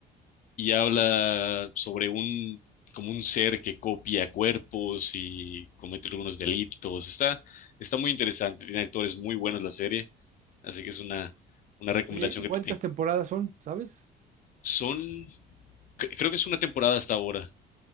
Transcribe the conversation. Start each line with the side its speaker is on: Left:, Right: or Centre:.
Left: y habla sobre un, como un ser que copia cuerpos y comete algunos delitos. Está, está muy interesante, tiene actores muy buenos la serie, así que es una, una recomendación
Right: Oye, ¿y
Left: que
Right: cuántas
Left: te tengo.
Right: temporadas son? ¿Sabes?
Left: Son, cre- creo que es una temporada hasta ahora.